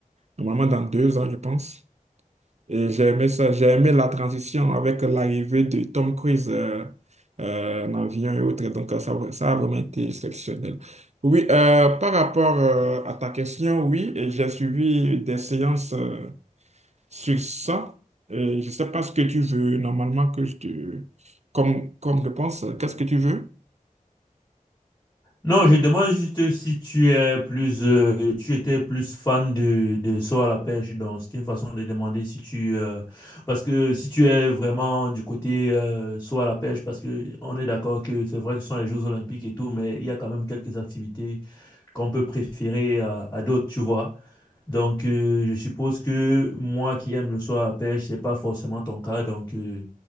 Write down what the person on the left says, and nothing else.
Non, je demande juste si tu es plus, euh, tu étais plus fan de, de saut à la pêche. Donc, c'est une façon de demander si tu, euh, parce que si tu es vraiment du côté euh, saut à la pêche, parce que on est d'accord que c'est vrai que ce sont les Jeux Olympiques et tout, mais il y a quand même quelques activités qu'on peut préférer à à d'autres, tu vois. Donc, euh, je suppose que moi qui aime le soir à la pêche, c'est pas forcément ton cas. Donc, euh,